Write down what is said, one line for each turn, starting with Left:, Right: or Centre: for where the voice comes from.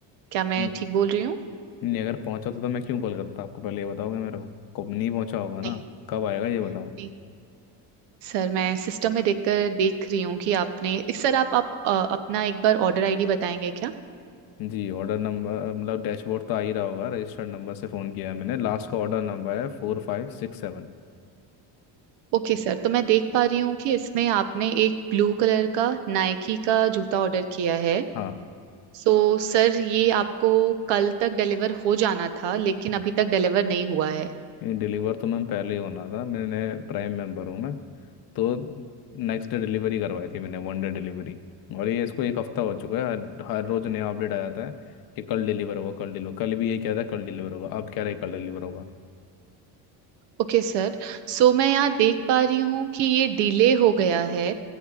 Right: क्या मैं
Left: नहीं
Right: ठीक बोल रही हूँ
Left: नहीं, अगर पहुंचा तो, तो मैं क्यों कॉल करता आपको पहले ये बताओगे मेरे को कब नहीं पहुंचा होगा ना
Right: नहीं
Left: कब आएगा ये बताओ
Right: नहीं। सर मैं सिस्टम में देखकर देख रही हूँ कि आपने सर आप, आप अ, अपना एक बार ऑर्डर आईडी बताएंगे क्या
Left: जी ऑर्डर नंबर मतलब डैशबोर्ड तो आ ही रहा होगा रजिस्टर्ड नंबर से फ़ोन किया है मैंने लास्ट का ऑर्डर नंबर है फोर फाइव सिक्स सेवन
Right: ओके सर तो मैं देख पा रही हूँ कि इसमें आपने एक ब्लू कलर का नाइकी का जूता ऑर्डर किया है
Left: हाँ
Right: सो सर ये आपको कल तक डिलीवर हो जाना था लेकिन अभी तक डिलीवर नहीं हुआ है
Left: डिलीवर तो मैम पहले ही होना था मैंने प्राइम मेंबर हूँ मैं तो नेक्स्ट डे डिलीवरी करवाई थी मैंने वन डे डिलीवरी और ये इसको एक हफ्ता हो चुका है हर हर रोज नया अपडेट आ जाता है कि कल डिलीवर होगा कल डिलीवर कल भी ये क्या था कल डिलीवर होगा अब कह रहे कल डिलीवर होगा
Right: ओके सर सो मैं यहाँ देख पा रही हूँ कि ये डिले हो गया है